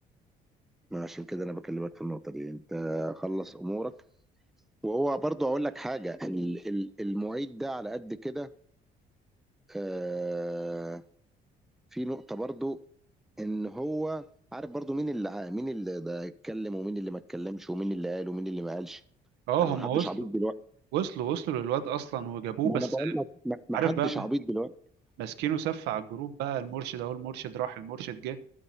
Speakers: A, in the centre; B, on the right.
A: ما عشان كده انا بكلمك في النقطه دي انت خلص امورك وهو برضو اقول لك حاجه ال- ال- المعيد ده على قد كده آه، في نقطه برضو ان هو عارف برضو مين اللي ع- مين اللي ده اتكلم ومين اللي ما اتكلمش ومين اللي قال ومين اللي ما قالش
B: اه
A: انا ما
B: هم
A: حدش
B: وصلوا
A: مم. عبيط دلوقتي
B: وصلوا وصلوا للواد اصلا وجابوه
A: ما
B: بس
A: انا بقول لك ما ما
B: عارف
A: حدش
B: بقى
A: عبيط دلوقتي
B: ماسكينه سف على الجروب بقى المرشد اهو المرشد راح المرشد جه